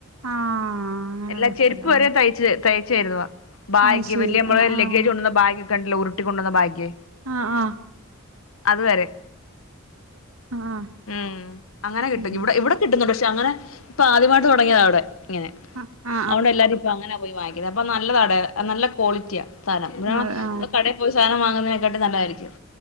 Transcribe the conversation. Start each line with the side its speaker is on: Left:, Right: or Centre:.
Right: ആഹ് അങ്ങനെയുള്ള
Left: എല്ലാ ചെരുപ്പ്
Right: സ്ഥലം
Left: വരെ തയ്ച്ച തയ്ച്ചയുരുന്നുവ ബാഗ്
Right: ആഹ് അത് ശരി
Left: വലിയ നമ്മള്
Right: ആഹ് ആഹ്
Left: ലഗേജ് കൊണ്ടുന്ന ബാഗ് കണ്ടില്ല ഉരുട്ടി കൊണ്ടുവന്ന ബാഗേ
Right: ആ ആ
Left: അതുവരെ
Right: ആഹ്
Left: ഉം അങ്ങനെ കിട്ടും
Right: ഉം
Left: ഇവിടെ ഇവിടെ കിട്ടുന്നുണ്ട് പ ചങ്ങനെ ഇപ്പൊ ആദ്യമായിട്ട് തുടങ്ങിയത അവിടെ അങ്ങനെ
Right: ആ ആ
Left: അവിടെ എല്ലാരും ഇപ്പ അങ്ങനെ പോയി വാങ്ങുന്നത് അപ്പ ന നല്ലതാട നല്ല ക്വാളിറ്റിയാ സ്ഥലം ഇവിടേണം
Right: ആ ആ
Left: കടയിൽ പോയി സാനം വാ അതിന്ക്കട്ടി നല്ലതായിരിക്കും